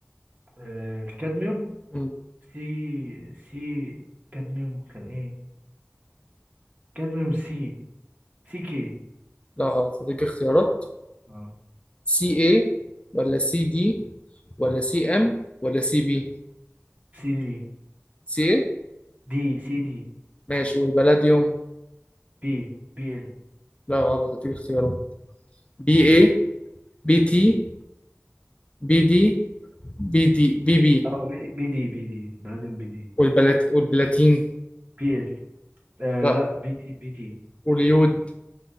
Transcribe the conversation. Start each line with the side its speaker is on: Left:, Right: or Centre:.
Right: آه، الكادميوم
Left: مم.
Right: سي سي كادميوم كان ايه كادميوم سي سي كي
Left: لا غلط هديك اختيارات
Right: اه
Left: سي اي ولا سي دي ولا سي ام ولا سي بي
Right: سي دي
Left: سي اي
Right: دي سي دي
Left: ماشي والبلاديوم
Right: بي بي ال
Left: لا غلط هديك اختيارات بي اي بي تي بي دي بي دي بي بي
Right: اه بي, بي دي بي دي بعدين بي دي
Left: والبلات والبلاتين
Right: بي ال آه
Left: لا
Right: لا بي تي بي تي
Left: واليود